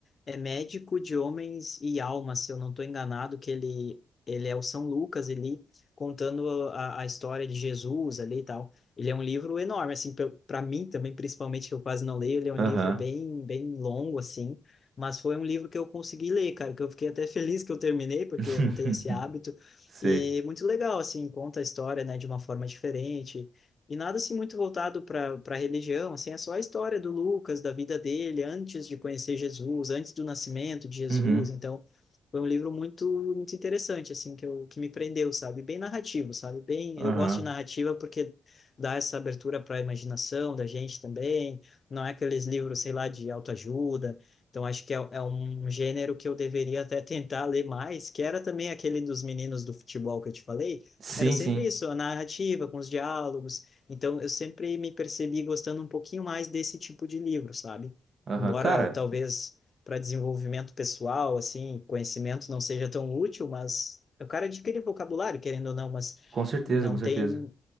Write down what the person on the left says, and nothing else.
é médico de homens e almas, se eu não estou enganado, que ele, ele é o São Lucas ali, contando a, a história de Jesus ali e tal. Ele é um livro enorme, assim, para mim também, principalmente, que eu quase não leio, ele é um
livro bem, bem longo, assim, mas foi um livro que eu consegui ler, cara, que eu fiquei até <laughs> feliz que eu terminei,
porque eu não tenho esse hábito,
e muito legal, assim, conta a história, né, de uma forma diferente, e nada assim muito voltado para para religião, assim, é só a história do Lucas, da vida dele antes de conhecer Jesus, antes do nascimento de Jesus.
Então, foi um livro muito muito interessante assim que eu, que me prendeu, sabe? Bem narrativo, sabe? Bem,
eu gosto de narrativa porque dá essa abertura para a imaginação da gente também. Não é aqueles livros, sei lá, de autoajuda. Então, acho que é, é um gênero que eu deveria até tentar ler mais, que era também aquele dos meninos do futebol que eu te falei.
Era sempre
isso, a narrativa com os diálogos então, eu sempre me percebi gostando um pouquinho mais desse tipo de livro, sabe?
Embora
talvez para desenvolvimento pessoal, assim, conhecimento não seja tão útil, mas o cara adquire vocabulário, querendo ou não, mas
não
tem